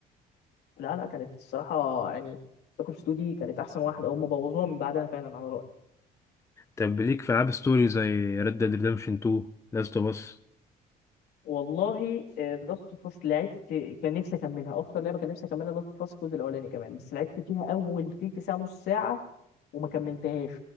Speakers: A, on the left; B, on the left.
A: لا لا كانت الصراحه يعني ساكو سو دي كانت احسن واحده هم بوظوها من بعدها فعلا على رايي
B: طب ليك في العاب ستوري زي ريد ديد ريدمشن 2 لاست اوف اس
A: والله لاست فاس لعبت كان نفسي اكملها اكتر لعبه كان نفسي اكملها لاست فاس الجزء الاولاني كمان بس لعبت فيها اول تلت ساعه نص ساعه وما كملتهاش